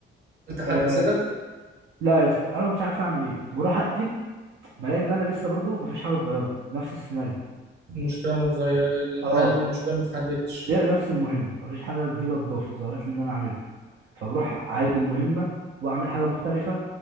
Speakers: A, on the right (about 55°); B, on the right (about 75°).
A: انت حد
B: آه
A: زيادة
B: لا يا اسطى انا ما كنتش عارف اعمل ايه كنت بروح اقتل بلاقي ان انا لسه برضو ما فيش حاجه اتغيرت نفس السيناريو
A: المشكله ما اتغير الحل
B: اه
A: المشكله ما اتحلتش
B: ده نفس المهم ما فيش حاجه جديده اتضافت ظهرت لي ان انا اعملها فبروح اعيد المهمه واعمل حاجه مختلفه